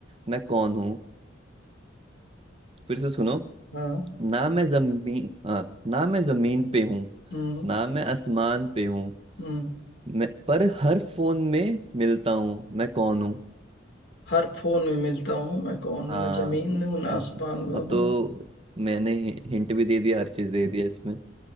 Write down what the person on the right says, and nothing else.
मैं कौन हूँ फिर से सुनो
ना मैं जमीन हाँ ना मैं जमीन पे हूँ
ना मैं आसमान पे हूँ
मैं पर हर फोन में मिलता हूँ मैं कौन हूँ
हाँ
अब
अब
तो मैंने हिंट भी दे दिया हर चीज दे दिया इसमें